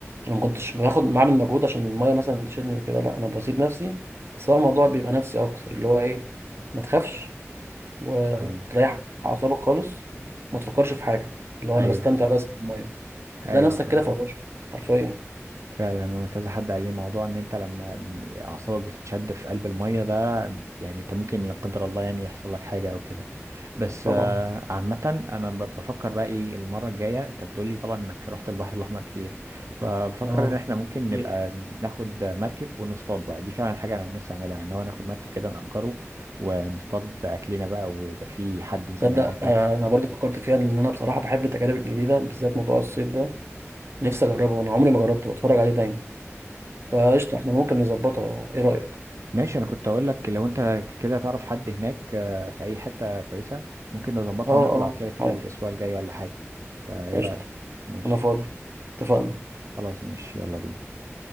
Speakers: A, on the right; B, on the right.
A: انا ما كنتش باخد بعمل مجهود عشان الميه مثلا تشيلني وكده لا انا بسيب نفسي بس هو الموضوع بيبقى نفسي اكتر اللي هو ايه ما تخافش وتريح
B: آه.
A: اعصابك خالص وما تفكرش في حاجه اللي هو
B: ايوه
A: انا بستمتع بس بالميه هتلاقي
B: ايوه
A: نفسك
B: فاهم
A: كده فراشه حرفيا
B: فعلا انا كذا حد قال لي موضوع ان انت لما اعصابك بتتشد في قلب الميه ده يعني انت ممكن لا قدر الله يعني يحصل لك حاجه او كده بس
A: طبعا
B: آه، عامه انا ب- بفكر بقى ايه المره الجايه انت بتقول لي طبعا انك رحت البحر الاحمر كتير فبفكر
A: اه
B: ان احنا ممكن نبقى
A: كتير.
B: ناخد مركب ونصطاد بقى دي فعلا حاجه انا نفسي اعملها ان هو ناخد مركب كده نأجره ونصطاد اكلنا بقى ويبقى في حد ممكن
A: تصدق
B: يعمل لنا الاكل
A: آه، انا برضو فكرت فيها ان انا بصراحه بحب التجارب الجديده بالذات موضوع الصيد ده نفسي اجربه انا عمري ما جربته بتفرج عليه دايما فقشطة احنا ممكن نظبطها ايه رأيك
B: ماشي انا كنت اقول لك لو انت كده تعرف حد هناك آه، في اي حتة كويسة ممكن نظبطها
A: اه
B: ونطلع
A: اه
B: كده كده
A: عادي
B: الاسبوع الجاي ولا حاجة فايه
A: قشطة
B: رأيك ماشي
A: انا فاضي اتفقنا
B: خلاص ماشي يلا بينا